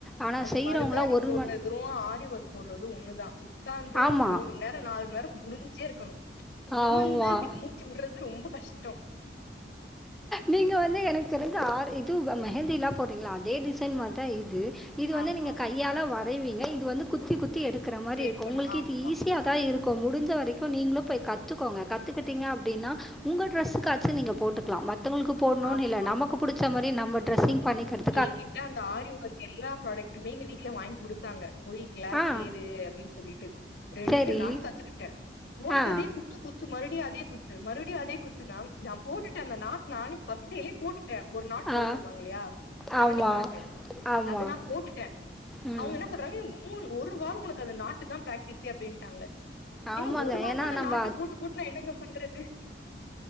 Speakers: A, in the centre; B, on the left.
A: ஆனா
B: அந்த
A: செய்றவங்கலாம்
B: மருதாணி
A: ஒரு
B: போடறது
A: மண்
B: இதுவு ஆரி ஒர்க் போடறது ஒண்ணுதா உக்காந்து
A: ஆமா,
B: மூண் நேரோ நாலு நேரம் குணிஞ்சே இருக்கனு நிமிந்து
A: ஆமா.
B: அதுக்கு மூச்சு விடறது ரொம்ப கஷ்டோ
A: நீங்க வந்து எனக்கு தெரிஞ்சு ஆரி இது வ மெஹந்தி எல்லா போடுறீங்கல்ல அதே டிசைன் மாறிதா இது இது வந்து
B: ஆமாம்
A: நீங்க கையால வரைவீங்க இது வந்து குத்தி குத்தி எடுக்கற மாரி
B: எடுக்கணு
A: இருக்கு உங்ளுக்கு
B: ஆமா
A: இது ஈஸி யாதா இருக்கு முடிஞ்ச வரைக்கு நீங்ளு போய் கத்துக்கோங்க கத்துக்கிட்டீங்க அப்டின்னா உங்க டிரஸ்ஸுக்காச்சு நீங்க போட்டுக்லா மத்தவங்ளுக்கு போடுனுனில்ல
B: ஆமா
A: நமக்கு புடிச்ச மாரி நம்ம டிரெஸ்ஸிங் பண்ணிக்கறது
B: கேட்டுட்டுதா அந்த ஆரி ஒர்க் எல்லா ப்ராடக்டுமே எங்க வீட்ல வாங்கி குடுத்தாங்க போய் கிளாஸ்
A: ஆ
B: சேரு அப்டின்னு சொல்லிட்டு ரெண்டு
A: சரி
B: நாள் கத்துக்கிட்ட போட்டதே
A: ஆ
B: கு குத்து குத்து மறுபடியு அதே குத்து மறுபடியு அதே குத்துதா நா போட்டுட்டு அந்த நானு ஃபர்ஸ்ட்டு டைமே போட்டுட்ட ஒரு நாள் நாட்
A: ஆ
B: சொல்லுவாங்ல்லயா ஸ்டார்டிங்
A: ஆமாம்
B: நாட்டு
A: ஆமாம்
B: அது நா போட்டுட்ட
A: ம்
B: அவுங்னா என்ன சொல்றாங்க மூண் ஒரு வாரோ உனக்கு அந்த நாட்டுதான் பிராக்டிக்ஸே அப்டின்ட்டாங்க
A: ஆமாங்க
B: ஏங்க ஒரு வாரமா
A: ஏன்னா
B: இந்த
A: நம்ம
B: நாட்ட போட்டு போட்டு நா என்னங்க பண்றது